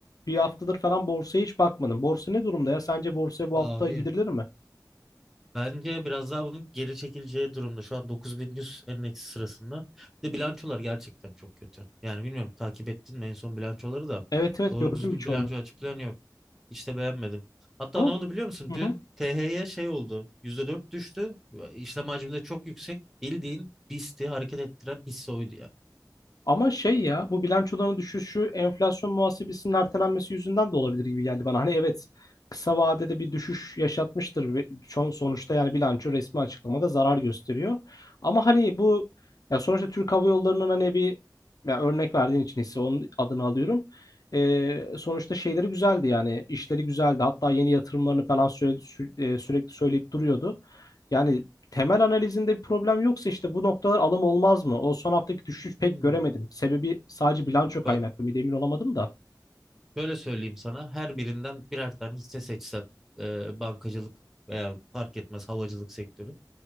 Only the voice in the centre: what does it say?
abi
bence biraz daha bunun geri çekileceği durumda şu an 9100 endeksi sırasında bir de bilançolar gerçekten çok kötü yani bilmiyorum takip ettin mi en son bilançoları da
doğru
düzgün
bilanço açıklayan yok hiç de beğenmedim hatta
ne oldu biliyor musun
dün
THY şey oldu %4 düştü işlem hacmi de çok yüksek bildiğin BIST'i hareket ettiren hisse oydu ya.
Hmm.
Bak
Şöyle söyleyeyim sana her birinden birer tane hisse seçsen e, bankacılık veya fark etmez havacılık sektörü.